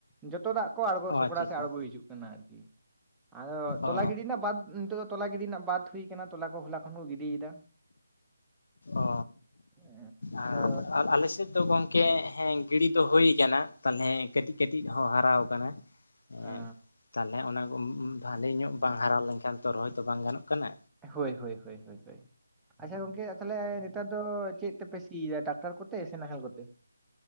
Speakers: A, in the centre; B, on the left.
A: ᱡᱚᱛᱚ ᱫᱟᱜ ᱠᱚ ᱟᱬᱜᱚ
B: ᱚ
A: ᱥᱚᱯᱲᱟ
B: ᱟᱪᱪᱷᱟ
A: ᱥᱮᱫ
B: ᱟᱪᱪᱷᱟ
A: ᱟᱬᱜᱚ ᱦᱤᱡᱩᱜ ᱠᱟᱱᱟ ᱟᱨᱠᱤ ᱟᱫᱚ ᱛᱚᱞᱟ
B: ᱚ
A: ᱜᱤᱰᱤ ᱨᱮᱱᱟᱜ ᱵᱟᱫ ᱱᱤᱛᱳᱜ ᱫᱚ ᱛᱚᱞᱟ ᱜᱤᱰᱤ ᱨᱮᱱᱟᱜ ᱵᱟᱫ ᱦᱩᱭ ᱠᱟᱱᱟ ᱛᱚᱞᱟ ᱠᱚ ᱦᱚᱞᱟ ᱠᱷᱚᱱ ᱠᱚ ᱜᱤᱰᱤᱭ ᱮᱫᱟ
B: ᱚ
A: ᱦᱮᱸ, ᱟᱫᱚ
B: ᱟᱨ ᱟᱨ ᱟᱞᱮ ᱥᱮᱫ ᱫᱚ ᱜᱚᱝᱠᱮ ᱠᱮᱸ ᱦᱮᱸᱜᱤᱲᱤ ᱫᱚ ᱦᱩᱭ ᱠᱟᱱᱟ ᱛᱟᱦᱚᱞᱮ ᱠᱟᱹᱴᱤᱡ ᱠᱟᱹᱴᱤᱡ ᱦᱚᱸ ᱦᱟᱨᱟᱣ ᱠᱟᱱᱟ ᱮᱸᱦᱮᱸ
A: ᱚ,
B: ᱛᱟᱞᱦᱮ ᱚᱱᱟ ᱩᱸᱻᱩᱸ ᱵᱷᱟᱞᱤ ᱧᱚᱜ ᱵᱟᱝ ᱦᱟᱨᱟ ᱞᱮᱱᱠᱷᱟᱱ ᱛᱳ ᱨᱚᱦᱚᱭ ᱫᱚ ᱵᱟᱝ ᱜᱟᱱᱚᱜ ᱠᱟᱱᱟ
A: ᱦᱳᱭ ᱦᱳᱭ ᱦᱳᱭ ᱦᱳᱭ ᱳᱭ ᱟᱪᱪᱷᱟ ᱜᱚᱝᱠᱮ ᱛᱟᱦᱚᱞᱮ ᱱᱮᱛᱟᱨ ᱫᱚ ᱪᱮᱫ ᱛᱮ ᱯᱮ ᱥᱤᱭᱮᱫᱟ ᱴᱟᱠᱴᱟᱨ ᱠᱚᱛᱮ ᱥᱮ ᱱᱟᱦᱮᱞ ᱠᱚᱛᱮ